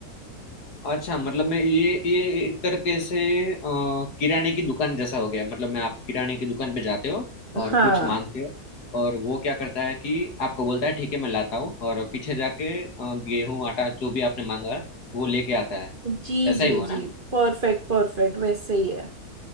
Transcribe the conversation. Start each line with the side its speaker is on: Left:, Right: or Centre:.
Left: अच्छा मतलब मैं ये ये एक तरीके से अ, किराने की दुकान जैसा हो गया मतलब मैं आप किराने की दुकान पे जाते हो और
Right: हाँ
Left: कुछ मांगते हो और वो क्या करता है कि आपको बोलता है ठीक है मैं लाता हूँ और पीछे जाके अ, गेहूं आटा जो भी आपने मांगा है वो लेके आता है
Right: जी
Left: ऐसा
Right: जी
Left: ही हुआ
Right: जी
Left: ना
Right: परफेक्ट परफेक्ट वैसे ही है